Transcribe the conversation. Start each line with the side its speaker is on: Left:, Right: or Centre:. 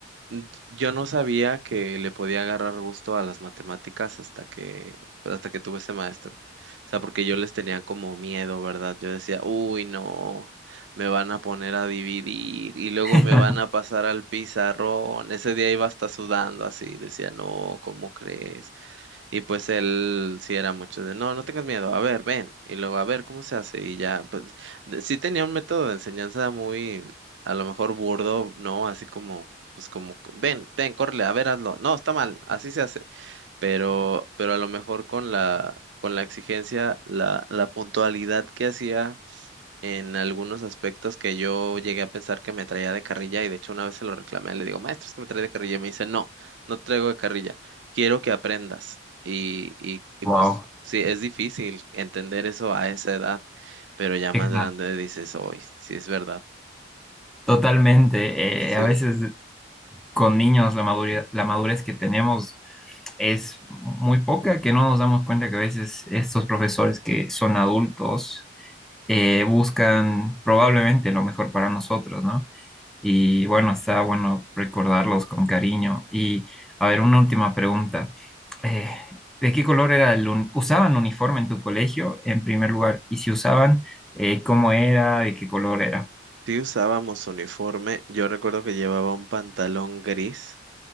Right: Mm, Yo no sabía que le podía agarrar gusto a las matemáticas hasta que, pues, hasta que tuve ese maestro. O sea, porque yo les tenía como miedo, ¿verdad? Yo decía, uy, no, me van a poner a dividir y luego
Centre: <laughs>
Right: me van a pasar al pizarrón. Ese día iba hasta sudando así, decía, no, ¿cómo crees? Y pues él sí era mucho de, no, no tengas miedo, a ver, ven, y luego a ver cómo se hace, y ya, pues de- sí tenía un método de enseñanza muy, a lo mejor burdo, ¿no? Así como, pues como, ven, ten, córrele, a ver, hazlo, no, está mal, así se hace, pero, pero a lo mejor con la, con la exigencia, la, la puntualidad que hacía en algunos aspectos que yo llegué a pensar que me traía de carrilla y de hecho una vez se lo reclamé, le digo, maestro, es que me trae de carrilla y me dice, no, no te traigo de carrilla, quiero que aprendas. Y, y, y
Centre: Wow,
Right: pues sí, es difícil entender eso a esa edad, pero ya más
Centre: exacto.
Right: grande dices, hoy, sí es verdad.
Centre: Totalmente.
Right: Sí,
Centre: eh, a veces con niños la madurez, la madurez que tenemos es muy poca, que no nos damos cuenta que a veces estos profesores que son adultos eh, buscan probablemente lo mejor para nosotros, ¿no? Y bueno, está bueno recordarlos con cariño. Y a ver, una última pregunta. Eh, ¿de qué color era el uni- usaban uniforme en tu colegio en primer lugar? Y si usaban, eh, ¿cómo era? ¿De qué color era?
Right: sí usábamos uniforme, yo recuerdo que llevaba un pantalón gris